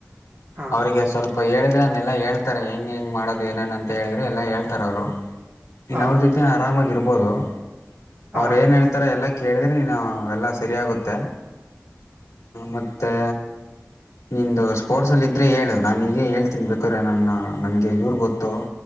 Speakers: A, on the right; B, on the left.
A: ಹಾ
B: ಅವರಿಗೆ ಸ್ವಲ್ಪ ಹೇಳಿದೆನ್ನೆಲ್ಲಾ ಹೇಳ್ ಹೆಂಗ ಹೆಂಗ್ ಮಾಡೋದು ಏನನ್ ಅಂತ ಹೇಳಿದ್ರೆ ಎಲ್ಲ ಹೇಳ್ತಾರೆ ಅವ್ರು ನೀನ್
A: ಹಾ
B: ಅವ್ರ ಜೊತೆ ನಿ ಆರಾಮಾಗಿ ಇರಬಹುದು
A: ಹಾ ಹಾ
B: ಅವ್ರು ಏನು ಹೇಳ್ತಾರೆ ಎಲ್ಲ ಕೇಳಿದರೆೆ ನೀನು ಎಲ್ಲಾ ಸರಿಯಾಗುತ್ತೆ ಮತ್ತು ಮತ್ತೆ ನಿದು ಸ್ಪೋರ್ಟ್ಸಲ್ಲಿದ್ದರೆ ಹೇಳು ನಾನು ಹೀಗ ಹೇಳ್ತೀನಿ ಬೇಕರೆ ನನ್ನ ನನಗೆ ಇವ್ರ ಗೊತ್ತು